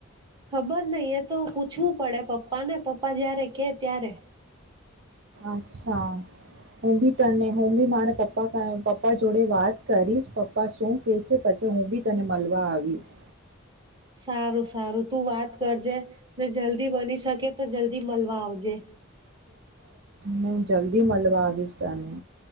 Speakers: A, on the right; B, on the right.
A: ખબર નઈ એ તો પૂછવું પડે પપ્પા ને પપ્પા જયારે કે ત્યારે
B: અચ્છા હું બી તને હું બી મારા પપ્પા પપ્પા જોડે વાત કરીશ પપ્પા શું કે છે પછી હું બી તને મળવા આવીશ
A: સારું સારું તું વાત કરજે ને જલ્દી બની શકે તો જલ્દી મળવા આવજે
B: ને જલ્દી મળવા આવીશ તને